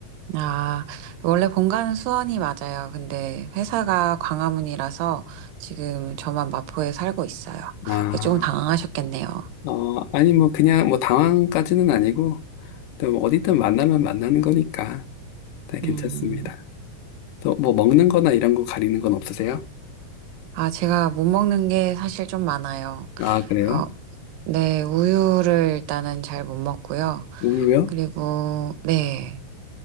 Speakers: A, on the right (about 80°); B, on the left (about 75°).
A: 아, 원래 본가는 수원이 맞아요. 근데 회사가 광화문이라서 지금 저만 마포에 살고 있어요.
B: 아.
A: 그래서 조금 당황하셨겠네요.
B: 어, 아니, 뭐, 그냥, 뭐, 당황까지는 아니고, 또 뭐 어디든 만나면 만나는 거니까, 다
A: 음,
B: 괜찮습니다. 또, 뭐, 먹는 거나 이런 거 가리는 건 없으세요?
A: 아, 제가 못 먹는 게 사실 좀 많아요.
B: 아, 그래요?
A: 어, 네, 우유를 일단은 잘 못 먹고요.
B: 우유요?
A: 그리고, 네,